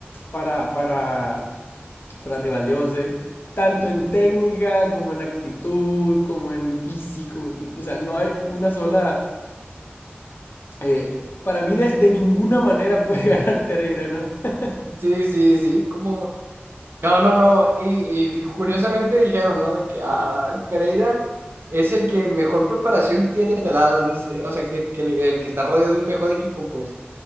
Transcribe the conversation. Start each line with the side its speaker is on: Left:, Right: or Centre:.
Left: para, para, para Rivaldiós, eh, Tanto en técnica como en actitud, como en físico, o sea, no hay una sola, eh, para mí de, de ninguna manera puede <laughs> ganar Pereira, ¿no? <laughs>
Right: Sí, sí, sí. Como. No, no, no. Y, y curiosamente dijeron, ¿no? De que ah, Pereira es el que mejor preparación tiene las dice. O sea, que, que el, el que está rodeado de un mejor equipo, pues.